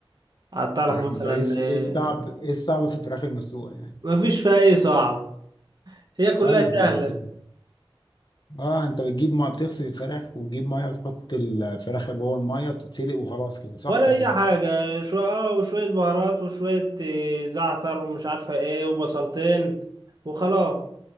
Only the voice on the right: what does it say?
حاطه لك
مثلا
إيه،
ما فيش فيها اي صعب هي كلها
سهله
ولا اي
حاجه شويه اه وشويه بهارات وشويه إيه، زعتر ومش عارفه ايه وبصلتين وخلاص